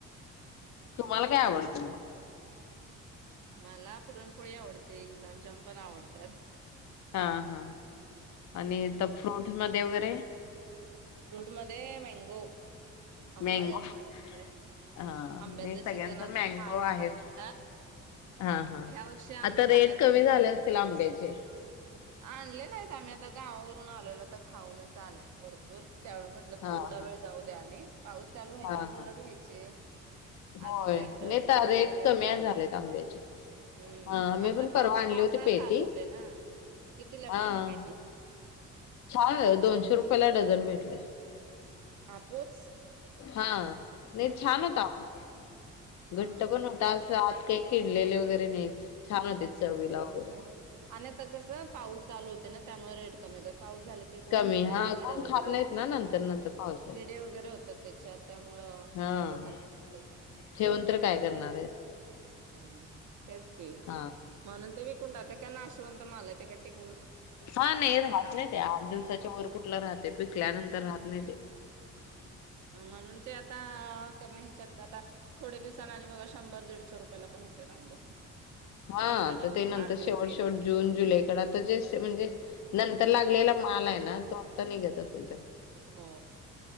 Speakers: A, on the left (about 65°); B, on the right (about 75°).
A: तुम्हाला काय आवडतं मग?
B: मला पुरणपोळी आवडते, गुलाबजाम पण आवडतात.
A: हा हा आणि इथं फ्रूट मधे वगैरे?
B: फ्रुट मध्ये मँंगो. आंबा
A: मँगो
B: जास्त आवडतय
A: हा
B: आंब्याचा
A: नाही सगळ्यांच
B: सीजन अजून
A: मँगो
B: हाय थोडा
A: आहेच
B: फार.
A: हा हा
B: ह्या वर्षी आंबे
A: आता रेट
B: खाल्लेत
A: कमी
B: आम्ही
A: झाले
B: भरपूर.
A: असतील आंब्याचे
B: आणले नाहीत आम्ही आता गावावरून आलेलो तर खाऊनच आलोत भरपूर त्यावेळी म्हटलं
A: हा
B: थोडा
A: हा
B: वेळ जाऊ द्या आणि पाऊस चालू व्हायच्या
A: हा
B: आधी
A: हा
B: जरा घ्यायचे. अजून
A: होय
B: काय इकड
A: नाही
B: पाऊस
A: तर रेट
B: वगैरे
A: कमी
B: चालू
A: झालेत
B: झाला
A: आंब्याचे
B: नाही. हम्म
A: हा मी
B: आता
A: पण
B: पाऊस
A: परवा आणली
B: पावसाळा
A: होती पेटी
B: चालू होतय ना. किती ला बसली
A: हा
B: पेटी?
A: छान दोनशे रुपयाला डझन भेटले.
B: हापूस
A: हा नाही छान होता आंबा
B: हा
A: घट्ट पण होता. असा आत ते किडलेले वगैरे नाहीत छान होते
B: हम्म
A: चवीला
B: बरोबर
A: वगैरे.
B: आहे आणि आता कस पाऊस चालू है ना त्यामुळे रेट कमी पाऊस झाला की कोण
A: कमी
B: घेत नाही
A: हां,
B: ना किड
A: कोण
B: वगैरे
A: खात नाहीत
B: होतात.
A: ना नंतर-नंतर पावसाळ्यात.
B: किडे वगैरे होतात त्याच्यात त्यामुळं
A: हां,
B: कोण खात
A: ठेवून तर काय करणार आहेत?
B: हम्म तेच की
A: हां.
B: म्हणून ते विकून टाकते कारण अशे कोणत माल ते काय टिकते
A: हा नाही राहत नाही ते आठ दिवसाच्या वर कुठलं राहते पिकल्यानंतर तर राहत नाही ते
B: म्हणून ते आता कमी ह्याच्यात आता थोड्या दिवसाने आणि बघा शंभर दीडशे रुपयाला पण होतात आंब
A: हा
B: आणि
A: तर ते नंतर
B: आठ दिवस
A: शेवट
B: गेले
A: शेवट
B: की
A: जून जुलै कडे आता जे म्हणजे, नंतर लागलेला माल आहे ना ना तो आता निघत असेल त्यां
B: हो.